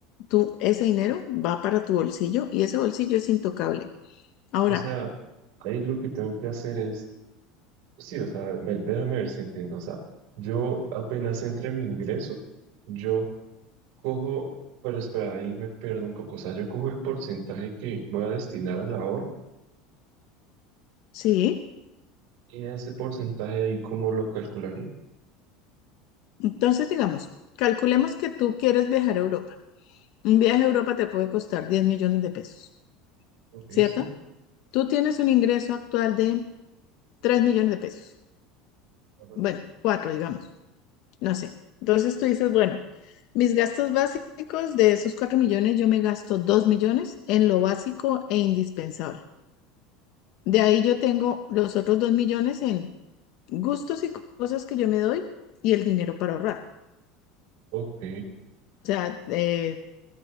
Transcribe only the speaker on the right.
O sea, ahí lo que tengo que hacer es, sí, o sea, ver, déjame ver si entiendo. O sea, yo apenas entre mi ingreso, yo cojo, pero espera, ahí me pierdo un poco. O sea, yo cojo el porcentaje que voy a destinar al ahorro
y ese porcentaje ahí, ¿cómo lo calcularía?
Ok,
sí.
Ajá.
Ok,